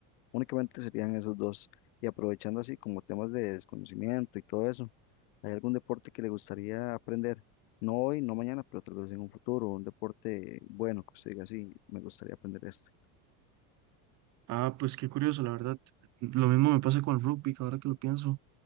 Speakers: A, on the left; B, on the right.
A: Únicamente serían esos dos. Y aprovechando así como temas de desconocimiento y todo eso, ¿hay algún deporte que le gustaría aprender? No hoy, no mañana, pero tal vez en un futuro, un deporte bueno que usted diga, sí, me gustaría aprender este.
B: Ah, pues qué curioso, la verdad. Lo mismo me pasa con el rugby, ahora que lo pienso.